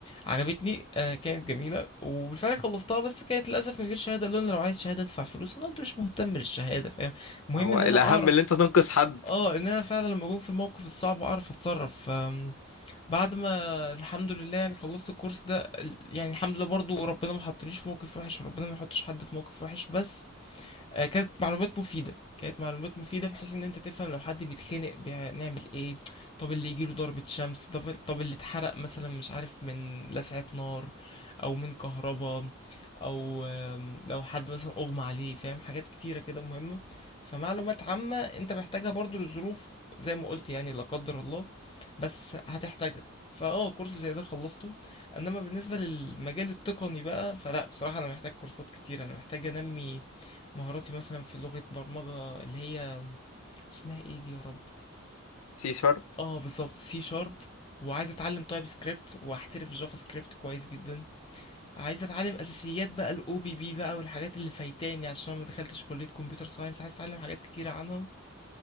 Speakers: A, on the left; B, on the left.
A: عجبتني آه كانت جميله وبالفعل خلصتها بس كانت للاسف من غير شهاده لان لو عايز شهاده ادفع فلوس انا قلت مش مهتم بالشهاده فاهم المهم
B: هو
A: ان
B: الاهم
A: انا اعرف
B: اللي انت تنقذ حد
A: اه ان انا فعلا لما اكون في الموقف الصعب اعرف اتصرف آم، بعد ما الحمد لله يعني خلصت الكورس ده ال- يعني الحمد لله برضو ربنا ما حطنيش في موقف وحش وربنا ما يحطش حد في موقف وحش بس آه، كانت معلومات مفيدة كانت معلومات مفيدة بحيث ان انت تفهم لو حد بيتخنق بيع- نعمل ايه طب اللي يجيله ضربة شمس طب طب اللي اتحرق مثلا مش عارف من لسعة نار او من كهربا او آم، لو حد مثلا اغمى عليه فاهم حاجات كتيرة كده مهمة فمعلومات عامة انت محتاجها برضو لظروف زي ما قلت يعني لا قدر الله بس هتحتاجها فاه كورس زي ده خلصته انما بالنسبة للمجال التقني بقى فلا بصراحة انا محتاج كورسات كتير انا محتاج انمي مهاراتي مثلا في لغة برمجة اللي هي اسمها ايه دي يا رب
B: سي شارب
A: اه بالظبط سي شارب وعايز اتعلم تايب سكريبت واحترف جافا سكريبت كويس جدا عايز اتعلم اساسيات بقى الاو بي بي بقى والحاجات اللي فايتاني عشان أنا ما دخلتش كلية كمبيوتر ساينس عايز اتعلم حاجات كتيرة عنها